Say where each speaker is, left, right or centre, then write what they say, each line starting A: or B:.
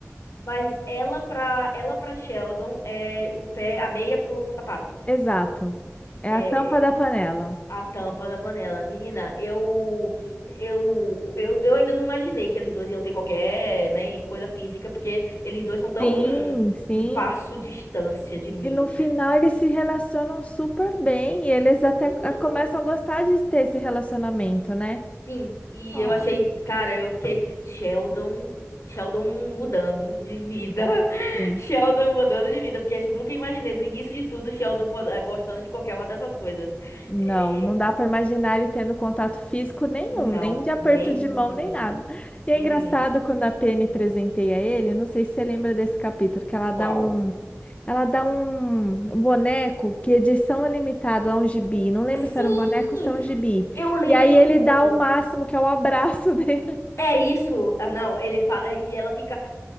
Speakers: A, on the left; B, on the left.
A: Mas ela pra ela pra Sheldon é o pé, a meia pro sapato.
B: Exato. É
A: É,
B: a tampa
A: é,
B: da panela.
A: a tampa da panela. Menina, eu eu, eu eu ainda não imaginei que eles dois iam ter qualquer, né, coisa física, porque eles dois são tão
B: Sim,
A: um,
B: sim.
A: um passo distância de mim.
B: E no final eles se relacionam super bem e eles até
A: Sim,
B: ah, começam a gostar de ter esse relacionamento, né?
A: Sim, e
B: Ai,
A: eu achei, cara, eu fiquei, Sheldon, Sheldon mudando de vida. <laughs>
B: sim.
A: Sheldon mudando de vida, porque eu nunca imaginei no início de tudo Sheldon pod- eh, gostando de qualquer uma dessas coisas.
B: Não,
A: Eh,
B: não dá para imaginar ele tendo contato físico nenhum,
A: Não,
B: nem de aperto
A: nenhum,
B: de mão, nem nada. E
A: nenhum.
B: é engraçado quando a Penny presenteia ele, não sei se você lembra desse capítulo, que ela
A: Qual?
B: dá um Ela dá um um boneco que edição é limitado a um gibi. Não lembro
A: Sim,
B: se era um boneco ou se é um gibi.
A: eu lembro.
B: E aí ele dá o máximo, que é o abraço <laughs> dele.
A: É isso. Ah, não, ele fala e ela fica,